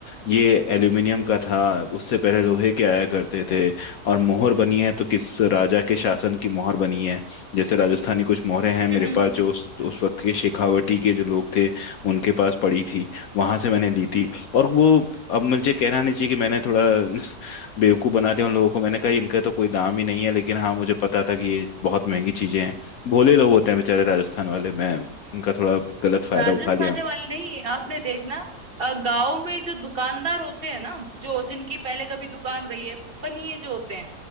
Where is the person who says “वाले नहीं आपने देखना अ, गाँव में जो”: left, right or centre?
Right